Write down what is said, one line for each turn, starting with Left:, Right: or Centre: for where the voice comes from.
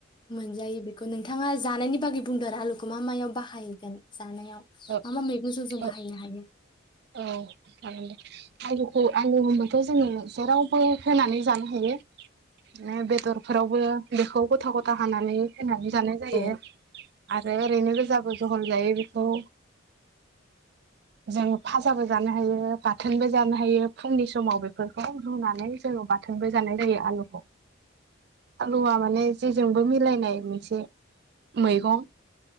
Left: मोनजायो बे खौ नोंथाङा जानायनि बागै बुंदोंआरो आलुखौ मा मायाव बाहायगोन? जानायाव
Right: औ
Left: मा मा मेगंजों जों
Right: औ
Left: बाहायनो हायो
Right: जागोन दे। आलुखौ आलु होनब जों जेरावबो होनानै जानो हा होयो ना बेदरफोरावबो। बेखौ गथा गथा हानानै होनानै जानाय जायो।
Left: ओं
Right: आरो ओरैनो गोजाबो जहल जायो बेखौ। जों फाजाबो जानो हायो बाथोनबो जानो हायो फुंनि समाव बेफोरखौ रुनानै जोङो बाथोनबो जानाय जायो आलुखौ आलुआ माने जेजोंबो मिलायनाय मोनसे। मैगं